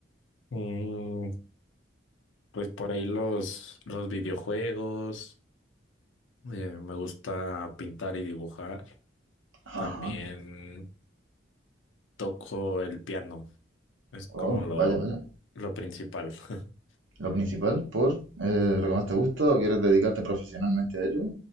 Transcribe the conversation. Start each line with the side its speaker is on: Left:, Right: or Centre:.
Left: Mm, pues por ahí los, los videojuegos, eh, me gusta pintar y dibujar,
Right: Ajá,
Left: también toco el piano, es como
Right: oh,
Left: lo,
Right: vaya, vaya.
Left: lo principal. <laughs>
Right: Lo principal, por eh, lo que más te gusta o quieres dedicarte profesionalmente a ello.